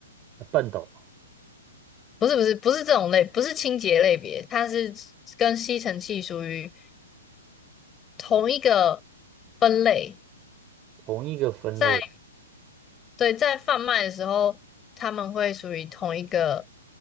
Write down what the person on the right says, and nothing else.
呃畚斗，
同一个分类。